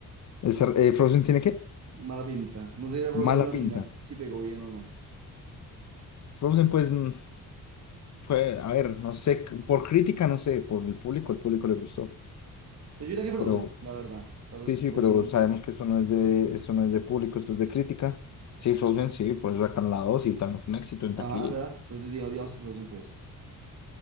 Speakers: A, on the left (about 55°); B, on the right (about 45°).
A: Star- eh, ¿Frozen tiene qué?
B: Mala pinta. No sé si era Frozen
A: Mala
B: la original,
A: pinta.
B: si pegó bien o no.
A: Frozen, pues, mm, fue, a ver, no sé, por crítica, no sé, por el público, el público le gustó.
B: Pero yo diría que Frozen,
A: Pero
B: la verdad. Tal vez
A: Sí, sí,
B: Frozen.
A: pero sabemos que eso no es de, eso no es de público, eso es de crítica. Sí, Frozen, sí, por eso sacaron la 2 y también fue un éxito en
B: Ajá,
A: taquilla.
B: ¿verdad? Entonces digamos digamos que Frozen, pues.